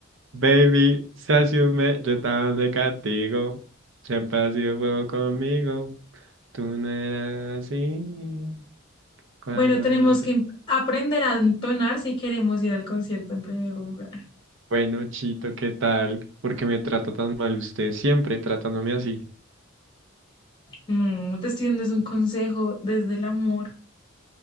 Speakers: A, on the right; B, on the left.
A: Baby, se asume, yo tan de castigo. Siempre ha sido fuego conmigo. Tú no eras así. Cuando
B: Bueno, tenemos
A: yo te-
B: que em- aprender a entonar si queremos ir al concierto en primer lugar.
A: Bueno, Chito, ¿qué tal? ¿Por qué me trata tan mal usted? Siempre tratándome así.
B: No, te estoy dando es un consejo desde el amor.